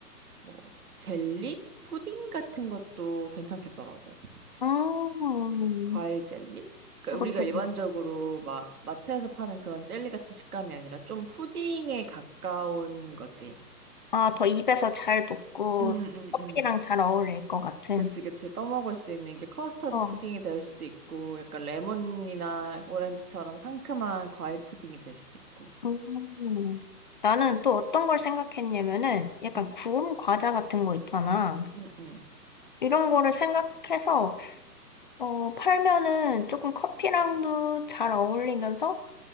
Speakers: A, on the right; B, on the left.
A: 뭐 젤리? 푸딩 같은 것도 괜찮겠더라고.
B: 음.
A: 과일 젤리? 그러니까
B: 그것도
A: 우리가 일반적으로 막 마트에서 파는 그런 젤리 같은 식감이 아니라 좀 푸딩에 가까운 거지.
B: 아, 더 입에서 잘 녹고
A: 음, 음,
B: 커피랑
A: 음.
B: 잘 어울릴 것 같은.
A: 그치, 그치. 떠먹을 수 있는 게 커스터드
B: 어.
A: 푸딩이 될 수도 있고, 약간 레몬이나 오렌지처럼 상큼한 과일 푸딩이 될 수도 있고.
B: 음. 나는 또 어떤 걸 생각했냐면은 약간
A: 음,
B: 구운 과자 같은 거 있잖아.
A: 음, 음.
B: 이런 거를 생각해서 어, 팔면은 조금 커피랑도 잘 어울리면서